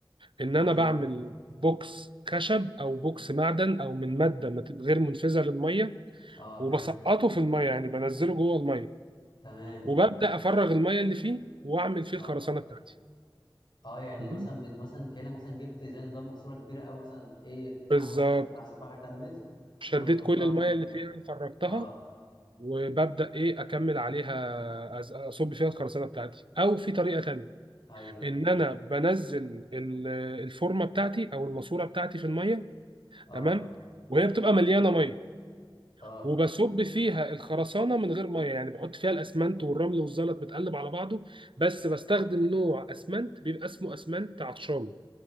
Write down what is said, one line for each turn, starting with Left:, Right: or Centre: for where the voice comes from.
Right: ان
Left: يعني
Right: انا
Left: ايه
Right: بعمل
Left: برضو اه
Right: بوكس خشب او بوكس معدن او من ماده مت- غير منفذه للميه
Left: اه
Right: وبسقطه
Left: حلو
Right: في الميه يعني بنزله جوه الميه
Left: تمام
Right: وببدا افرغ الميه اللي فيه واعمل فيه
Left: اه
Right: الخرسانه بتاعتي
Left: اه يعني مثلا
Right: دي
Left: بت... مثلا كانك مثلا جبت زي نظام ماسوره كبيره او مثلا ايه
Right: بالظبط
Left: على حسب على حسب البحر كام متر وتحطها
Right: شديت كل الميه
Left: فيه
Right: اللي فيها فرغتها
Left: اه
Right: وببدا ايه اكمل عليها أز- اصب فيها الخرسانه بتاعتي او في طريقه تانية
Left: ايوه
Right: ان
Left: ايوه
Right: انا بنزل ال- الفورمه بتاعتي او الماسوره بتاعتي في الميه
Left: اه
Right: تمام وهي بتبقى مليانه ميه
Left: اه
Right: وبصب فيها الخرسانه من غير ميه يعني بحط فيها الاسمنت والرمل والزلط متقلب على بعضه بس بستخدم نوع اسمنت بيبقى اسمه اسمنت عطشان